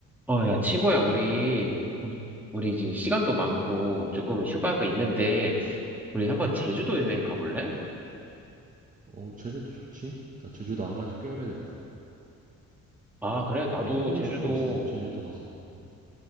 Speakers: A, in the centre; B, on the right.
A: 어, 야, 친구야, 우리, 우리 이제 시간도 많고, 조금 휴가도 있는데, 우리 한번 제주도 여행 가볼래?
B: 어, 제주도 좋지? 나 제주도 안 간지 꽤 오래됐다.
A: 아,
B: 뭐,
A: 그래? 나도
B: 너 해보고
A: 제주도,
B: 싶은 거 있어? 뭐, 제주도 가서? 어,